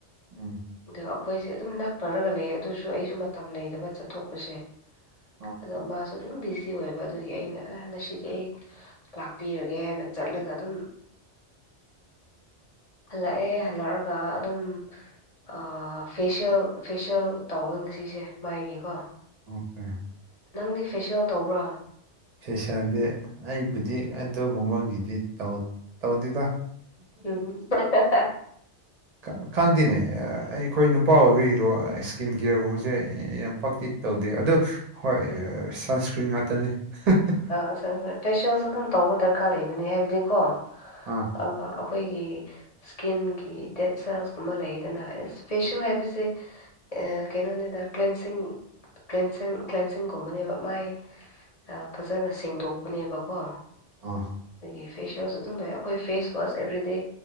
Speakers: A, on the right; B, on the left.
A: ꯎꯝ
B: ꯑꯗꯣ ꯑꯈꯣꯏꯁꯦ ꯑꯗꯨꯝ ꯅꯛꯅꯔꯒ ꯂꯩꯌꯦ ꯑꯗꯨꯁꯨ ꯑꯩꯖꯨ ꯃꯇꯝ ꯂꯩꯗꯕ ꯆꯠꯊꯣꯛꯄꯁꯦ
A: ꯑꯥ
B: ꯑꯗꯣ ꯃꯥꯁꯨ ꯑꯗꯨꯝ ꯕꯤꯖꯤ ꯑꯣꯏꯕ ꯑꯗꯨꯒꯤ ꯑꯩꯅ ꯑꯦ ꯉꯁꯤꯗꯤ ꯑꯩ ꯂꯥꯛꯄꯤꯔꯒꯦ ꯍꯥꯏꯅ ꯆꯠꯂꯒ ꯑꯗꯨꯝ ꯍꯜꯂꯛꯑꯦ ꯍꯜꯂꯛꯔꯒ ꯑꯗꯨꯝ ꯑꯥ ꯐꯦꯁꯤꯌꯦꯜ ꯐꯦꯁꯤꯌꯦꯜ ꯇꯧꯋꯦ ꯉꯁꯤꯁꯦ ꯃꯥꯒꯤꯀꯣ
A: <unintelligible>
B: ꯅꯪꯗꯤ ꯐꯦꯁ꯭ꯌꯦꯜ ꯇꯧꯕ꯭ꯔ
A: ꯂꯩꯁꯥꯗꯤ ꯑꯩꯕꯨꯗꯤ ꯑꯗꯨꯒꯨꯝꯕꯒꯤꯗꯤ ꯇꯧ ꯇꯧꯗꯦꯗ
B: ꯎꯝ ꯍꯨꯝ ꯍꯦ ꯍꯦ ꯍꯦ
A: ꯈ ꯈꯪꯗꯦꯅꯦ ꯑ ꯑꯩꯈꯣꯏ ꯅꯨꯄꯥ ꯑꯣꯏꯕꯒꯤꯔꯣ ꯁ꯭ꯀꯤꯟ ꯀꯦꯌꯔꯒꯨꯝꯕꯖꯦ ꯌꯥꯝ ꯄꯛꯇꯤ ꯇꯧꯗꯦ ꯑꯗꯨ ꯍꯣꯏ
B: ꯎꯝ
A: ꯑ ꯁꯟꯁꯀ꯭ꯔꯤꯟ ꯉꯥꯛꯇꯅꯤ ꯍ ꯍ
B: ꯑꯥ ꯐꯦꯁꯦꯜ ꯐꯦꯁꯤꯌꯦꯜꯁꯨ ꯑꯗꯨꯝ ꯇꯧꯕ ꯗꯔꯀꯥꯔ ꯂꯩꯕꯅꯤ ꯍꯥꯏꯕꯗꯤꯀꯣ
A: ꯑꯥ
B: ꯑ ꯑꯈꯣꯏꯒꯤ ꯏꯁꯀꯤꯟꯒꯤ ꯗꯦꯠ ꯁꯦꯜꯁꯀꯨꯝꯕ ꯂꯩꯗꯅ ꯑꯦ ꯏꯁꯄꯦꯁꯤꯌꯦꯜ ꯍꯥꯏꯕꯁꯦ ꯑꯦ ꯀꯩꯅꯣꯅꯤꯗ ꯀ꯭ꯂꯦꯟꯁꯤꯡ ꯀ꯭ꯂꯦꯟꯁꯤꯡ ꯀ꯭ꯂꯦꯟꯁꯤꯡꯒꯨꯝꯕꯅꯦꯕ ꯃꯥꯏ ꯑ, ꯐꯖꯅ ꯁꯦꯡꯗꯣꯛꯄꯅꯦꯕꯀꯣ
A: ꯑꯣ
B: ꯑꯗꯒꯤ ꯐꯦꯁ꯭ꯌꯦꯜꯁꯨ ꯑꯗꯨꯝ ꯂꯩ ꯅ ꯐꯦꯁ ꯋꯥꯁ ꯑꯦꯕ꯭ꯔꯤꯗꯦ